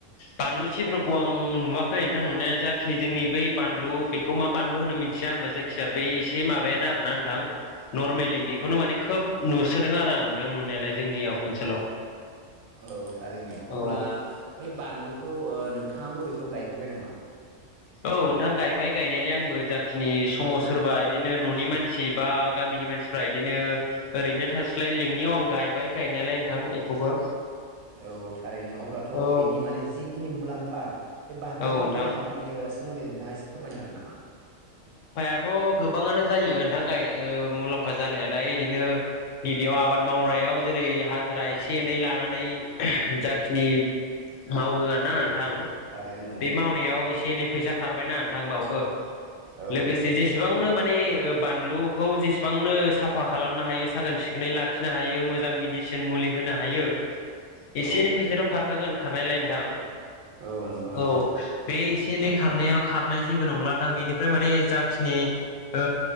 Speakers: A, on the left (about 75°); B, on the right (about 85°).
A: बानलु सिब्र'खौ आं नुवाखै आं नुनाया जाखिनि जोंनि बै बानलु बेखौ मा बानलु होनो मिथिया आंबो जायखिया बै एसे माबायानो आरोना नोंथां नर्मेलि बेखौनो माने खोब नुसोदों आरो आं नोंथां नुनायालाय जोंनियाव ओनसोलाव
B: औ थारैनो अब्ला
A: औ
B: बै बानलुखौ ओ नोंथाङाबो बेखौ गायफेरबाय नामा?
A: औ नोंथां गायबाय गायनायलाय आंबो जाखिनि समाव सोरबा बिदिनो न'नि मानसि बा गामि जोंनि मानसिफ्रा इदिनो ओरैनो थास्लाय लिंनि अ आं गायबाय गायनायालाय नोंथां एखौबो
B: औ थारैनो अब्लाथ'
A: औ
B: बेनि माने जिखिनि मुलाम्फा बे बानलुनि
A: औ नोंथां
B: मुलाम्फानि सोमोन्दै नोंथाङा एसे फोरमायनो हागोन नामा?
A: दाथ' गोबाङानो जायो ओथां गाय ओ मुलाम्फा जानायालाय एदिनो गिबियाव आबाद मावनायाव जेरै हाजिरा एसे एनै लानानै जाखिनि मावो आरोना
B: औ
A: नोंथां
B: थारैनो नंगौ
A: बे
B: नोंथां
A: मावनायाव एसे एनै फैसा खारबायना नोंथां बावबो
B: औ
A: लोगोसे
B: नंगौ
A: जेसेबांनो माने ए ओ फानलुखौ जेसेबांनो साफा खालामनो हायो साखोन सिखोनै लाखिनो हायो मोजां मेडिसिन मुलि होन होनो हायो एसे
B: औ
A: एनै फैसाथ' खारखागोन खारनायलाय नोंथां
B: औ नंगौ नोंथां
A: औ बे एसे एनै खारनाया खारनाय जेबो नंला नोंथां बेनिफ्राय माने जाखिनि ओ